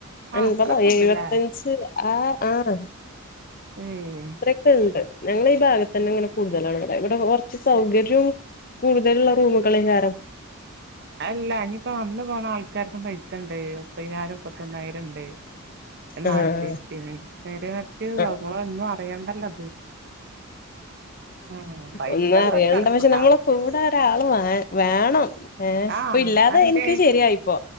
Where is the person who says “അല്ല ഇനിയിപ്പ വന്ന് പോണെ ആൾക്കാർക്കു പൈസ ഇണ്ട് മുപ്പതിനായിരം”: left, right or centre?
Right